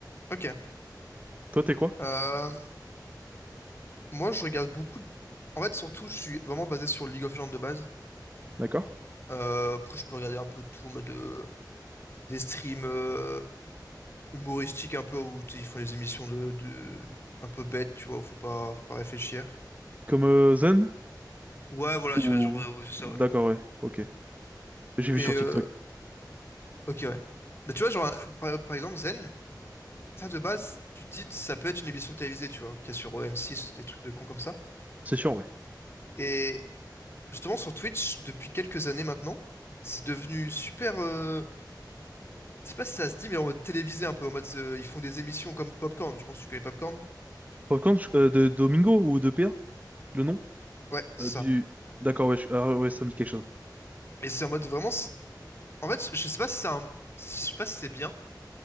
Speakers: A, on the left; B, on the right.
A: Ok.
B: Toi, t'es quoi?
A: Euh, moi, je regarde beaucoup. de- En fait, surtout, je suis vraiment basé sur League of Legends de base.
B: D'accord?
A: Euh, après, je peux regarder un peu tout en mode euh, des streams euh, humoristiques un peu où tu sais, ils font des émissions de, de un peu bêtes, tu vois. Faut pas, faut pas réfléchir.
B: Comme euh, Zen?
A: Ouais, voilà,
B: Ou...
A: tu vois, genre, euh, ouais, c'est ça,
B: D'accord,
A: ouais.
B: ouais, ok. J'ai
A: Et
B: vu sur
A: euh,
B: TikTok,
A: ok, ouais. Mais tu vois, genre, par, par exemple, Zen, ça de base, tu te dis, ça peut être une émission télévisée, tu vois, qu'il y a sur euh, m six des trucs de cons comme ça.
B: c'est sûr, ouais.
A: Et justement sur Twitch depuis quelques années maintenant. C'est devenu super. Euh... Je sais pas si ça se dit, mais en mode télévisé un peu, en mode euh, ils font des émissions comme Popcorn. Je pense que tu connais Popcorn.
B: Popcorn euh, de Domingo ou de PA, le nom
A: Ouais, c'est
B: euh, du.
A: ça.
B: D'accord, ouais, je- ah, ouais, ça me dit quelque chose.
A: Et c'est en mode vraiment. c'est- En fait, je je sais pas si c'est un... je sais pas si c'est bien